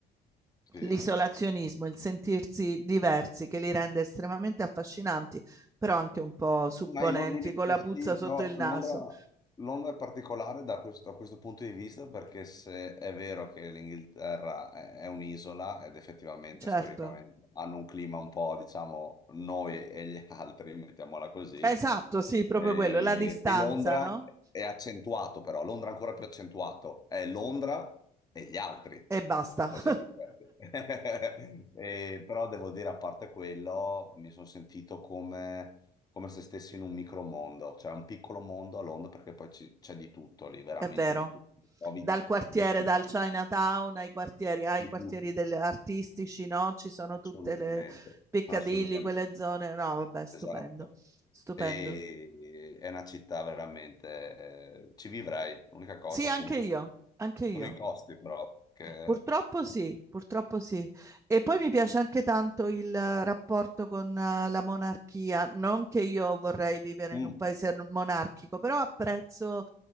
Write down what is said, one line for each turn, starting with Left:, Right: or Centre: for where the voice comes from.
Left: sì.
Right: l'isolazionismo, il sentirsi diversi che li rende estremamente affascinanti, però anche un po' supponenti,
Left: Ma i londini,
Right: con
Left: eh,
Right: la
Left: sì,
Right: puzza
Left: però
Right: sotto il naso.
Left: Londra, Londra è particolare da questo, a questo punto di vista perché se è vero che l'Inghilterra è, è un'isola ed effettivamente
Right: Certo.
Left: storicamente hanno un clima un po', diciamo, noi e gli <laughs> altri, mettiamola così,
Right: Esatto, sì, proprio
Left: e,
Right: quello, la distanza,
Left: e Londra
Right: no?
Left: è accentuato però, Londra è ancora più accentuato, è Londra e gli altri,
Right: E basta.
Left: Preserve
Right: <laughs>
Left: offerte. <laughs> E, però devo dire, a parte quello, mi sono sentito come, come se stessi in un micromondo, cioè un piccolo mondo a Londra, perché poi ci- c'è di tutto lì, veramente
Right: È vero.
Left: di tutto. Trovi
Right: Dal quartiere,
Left: di tutto,
Right: dal Chinatown ai quartieri, ai
Left: di
Right: quartieri
Left: tutto,
Right: delle- artistici, no? Ci sono
Left: assolutamente,
Right: tutte le Piccadilly,
Left: assolutamente,
Right: quelle zone. No, vabbè, stupendo,
Left: esatto.
Right: stupendo.
Left: E e è una città veramente, eh, ci vivrei. L'unica cosa,
Right: Sì, anche
Left: appunto,
Right: io,
Left: sono,
Right: anche
Left: sono
Right: io.
Left: i costi, però, che...
Right: Purtroppo sì, purtroppo sì. E poi mi piace anche tanto il eh, rapporto con eh, la monarchia, non che io vorrei vivere
Left: Mm.
Right: in un paese monarchico, però apprezzo